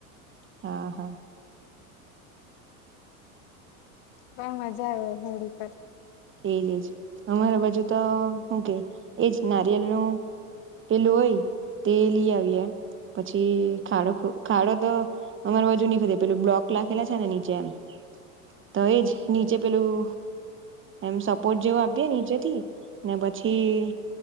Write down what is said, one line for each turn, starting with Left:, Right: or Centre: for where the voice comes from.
Right: હા હા.
Left: પણ મજા આવે હોળી પર.
Right: એજ એજ અમારા બાજુ તો હું કે એજ ના. િયલ નું પેલું હોય તે લ આવી એમ. પછી ખાડો ખાડો તો અમાર બાજુ નહી ખતે પેલું બ્લોક લખેલા છે ને નીચે એમ. તો એજ નીચે પેલું. એમ સપોર્ટ જેવો આપીએ નીચેથી ને પછી